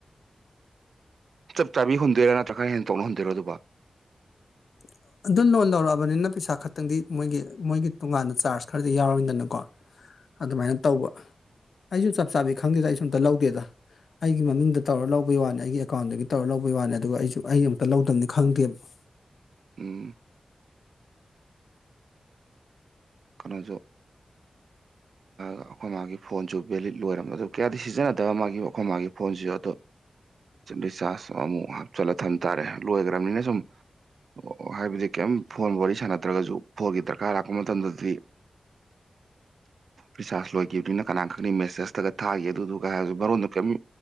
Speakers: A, on the right; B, on the left.
A: ꯆꯥꯞ ꯆꯥꯕꯤ ꯍꯨꯟꯗꯣꯏꯔ ꯅꯠꯇ꯭ꯔꯥꯒ ꯈꯔ ꯍꯦꯟꯇꯣꯛꯅ ꯍꯨꯟꯗꯣꯏꯔ ꯑꯗꯨꯕꯨ
B: <inaudible> ꯑꯗꯨ ꯂꯣꯟ ꯂꯧꯔꯛꯑꯕꯅꯤꯅ ꯄꯩꯁꯥ ꯈꯛꯇꯪꯗꯤ ꯃꯣꯏꯒꯤ ꯃꯣꯏꯒꯤ ꯇꯣꯉꯥꯟꯅ ꯆꯥꯔꯖ ꯈꯔꯗꯤ ꯌꯥꯎꯔꯅꯤꯗꯅꯀꯣ ꯑꯗꯨꯃꯥꯏꯅ ꯇꯧꯕ ꯑꯩꯁꯨ ꯆꯥꯞ ꯆꯥꯕꯤ ꯈꯪꯗꯦꯗ ꯑꯩꯁꯨ ꯑꯃꯨꯛꯇ ꯂꯧꯗꯦꯗ ꯑꯩꯒꯤ ꯃꯃꯤꯡꯗ ꯇꯧꯔ ꯂꯧꯕꯩ ꯋꯥꯅꯤ ꯑꯩꯒꯤ ꯑꯦꯀꯥꯎꯟꯗꯒꯤ ꯇꯧꯔ ꯂꯧꯕꯩ ꯋꯥꯅꯤ ꯑꯗꯨꯒ ꯑꯩꯁꯨ ꯑꯩ ꯑꯃꯨꯛꯇ ꯂꯧꯗꯕꯅꯤꯅ ꯈꯪꯗꯦꯕ
A: ꯎꯝ꯫ ꯀꯩꯅꯣꯁꯨ ꯑ ꯑꯩꯈꯣꯏ ꯃꯥꯒꯤ ꯐꯣꯟꯁꯨ ꯚꯦꯂꯤꯠ ꯂꯣꯏꯔꯕ ꯑꯗꯨ ꯀꯌꯥꯗꯤ ꯁꯤꯖꯤꯟꯅꯗꯕ ꯃꯥꯒꯤ ꯑꯩꯈꯣꯏ ꯃꯥꯒꯤ ꯐꯣꯟꯁꯤꯁꯨ ꯑꯗꯣ ꯔꯤꯆꯥꯥꯔꯖ ꯑꯃꯨꯛ ꯍꯥꯞꯆꯤꯜꯂ ꯊꯝ ꯇꯥꯔꯦ ꯂꯣꯏꯈ꯭ꯔꯥꯕꯅꯤꯅ ꯁꯨꯝ ꯑꯣ ꯍꯥꯏꯕꯗꯤ ꯀꯔꯤꯝ ꯐꯣꯟ ꯋꯥꯔꯤ ꯁꯥꯟꯅꯗ꯭ꯔꯥꯒꯁꯨ ꯐꯣꯟꯒꯤ ꯗꯔꯀꯥꯔ ꯂꯥꯛꯄ ꯃꯇꯝꯗꯗꯤ ꯔꯤꯆꯥꯔꯖ ꯂꯣꯏꯈꯤꯕꯅꯤ ꯀꯅꯥꯅ ꯈꯪꯅꯤ ꯃꯦꯁꯦꯖ ꯅꯠꯇ꯭ꯔꯥꯒ ꯊꯥꯒꯤ ꯑꯗꯨꯗꯨꯒ ꯍꯥꯏꯁꯨ ꯃꯔꯣꯟꯗꫭ ꯀꯔꯤꯝ